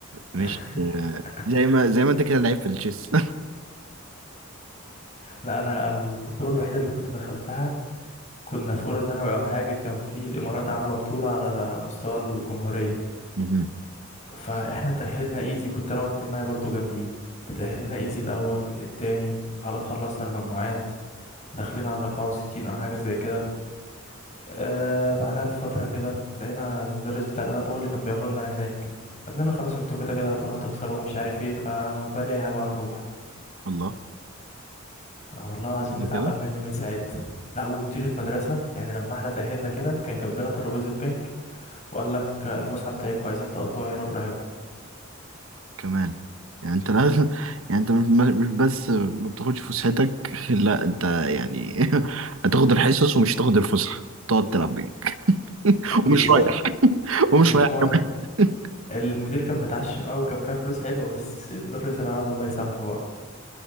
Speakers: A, on the right (about 80°); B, on the left (about 35°).
A: مش
B: <laughs>
A: آه، زي ما زي ما انت كده لعيب في التشيس
B: لا أنا أنا البطولة الوحيدة اللي كنت دخلتها كنا في أولى ثانوي أو حاجة كان في الإمارات عاملة بطولة على مستوى الجمهورية
A: <laughs> مهم.
B: فاحنا اتأهلنا ايزي كنت انا واتنين معايا برضو جامدين اتأهلنا ايزي الاول التاني خلاص خلصنا المجموعات داخلين على الاربعة وستين او حاجة زي كده آه بعدها بفترة كده لقينا المدرس بتاع الالعاب هو اللي كان بياخدنا لهناك قال لنا خلاص انتوا كده كده هتروحوا تخسروا ومش عارف ايه فما بلاها بقى نروح
A: الله
B: آه والله العظيم متعقب
A: برضه
B: منه من ساعتها لا ومديرة مدرسة يعني لما احنا اتأهلنا كده كان جاب لنا ترابيزة بنك وقال لك الفسحة بتاعتكم عايزين تقضوها هنا براحتكم
A: كمان يعني انت لازم <laughs> يعني انت مش مش بس ما بتاخدش فسحتك <laughs> لا انت يعني <laughs> هتاخد الحصص ومش هتاخد الفسحة تقعد تلعب بينج <laughs>
B: بالظبط
A: ومش رايح <laughs> ومش
B: ومش
A: رايح
B: مو...
A: كمان
B: <laughs>
A: <laughs>
B: المدير كان متعشم قوي كان فيها فلوس حلوه بس مدرس الالعاب الله يسامحه بقى